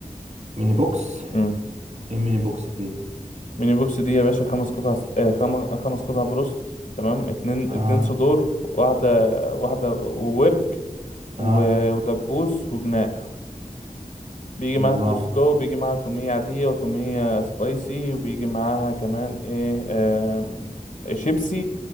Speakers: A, on the right; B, on the left.
A: ميني بوكس
B: مم.
A: ايه ميني بوكس دي
B: ميني بوكس دي يا باشا خمس قطع س- آه، خم- خمس قطع بروست تمام اتنين
A: اه
B: اتنين صدور واحدة واحدة وورك و-
A: اه
B: ودبوس وجناح بيجي
A: والله
B: معاها كول سلو بيجي معاها تومية عادية وتومية سبايسي وبيجي معاها كمان ايه آم، شيبسي